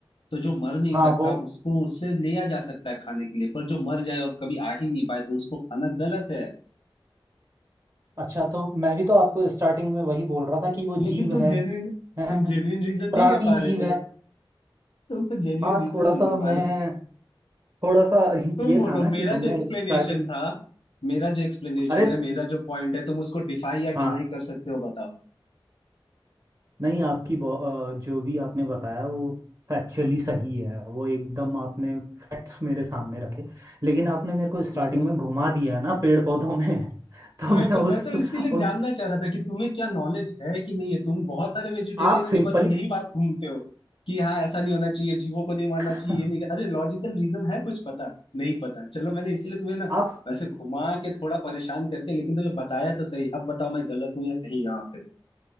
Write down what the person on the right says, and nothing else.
हाँ
वो
अच्छा तो मैं भी तो आपको स्टार्टिंग में वही बोल रहा था कि वो जीव
है
है
प्राणी
जीव
है
हाँ
थोड़ा
सा
मैं
थोड़ा सा
<laughs> ये
था ना
कि तुमने
स्टार्टिंग
अरे
हाँ
नहीं आपकी बो- अ, जो भी आपने बताया वो फैक्चुअली सही है वो एकदम आपने फैक्ट्स मेरे सामने रखे लेकिन आपने मेरे को
स्टार्टिंग में घुमा दिया ना पेड़ पौधों में <laughs> तो
मैं
उस
उन
आप
सिंपली
<laughs>
आप